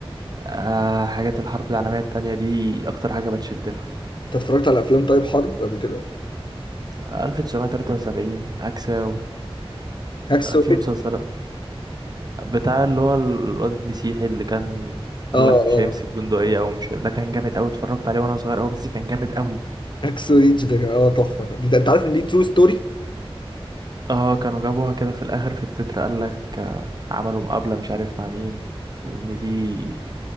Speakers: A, on the right; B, on the left.
A: آه حاجات الحرب العالمية التانية دي أكتر حاجة بتشد لها
B: انت اتفرجت على افلام طيب حرب قبل كده
A: ألف تسعمية تلاتة وسبعين عكسة
B: هاكسو
A: في
B: ريدج
A: مسلسل بتاع اللي هو الواد المسيحي اللي كان قالك
B: اه
A: مش
B: اه
A: هيمسك بندقية أو مش هي- ده كان جامد أوي اتفرجت عليه وأنا صغير أوي بس كان جامد أوي
B: هاكسو ريدج ده كان- اه تحفه دي ده انت عارف ان دي ترو ستوري
A: اه كانوا جابوها كده في الآخر في التتر قالك آه، عملوا مقابلة مش عارف مع مين وإن دي